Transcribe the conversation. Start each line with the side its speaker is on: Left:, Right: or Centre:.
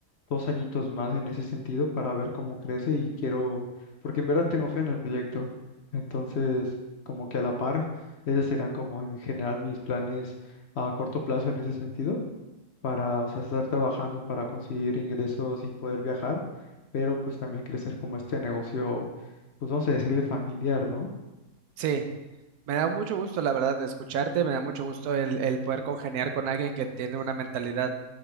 Left: dos añitos más en ese sentido para ver cómo crece y quiero, porque en verdad tengo fe en el proyecto. Entonces, como que a la par, esos serán como en general mis planes a corto plazo en ese sentido, para, o sea, estar trabajando para conseguir ingresos y poder viajar, pero pues también crecer como este negocio, pues vamos a decirle familiar, ¿no?
Right: sí. Me da mucho gusto, la verdad, de escucharte, me da mucho gusto el, el poder congeniar con alguien que tiene una mentalidad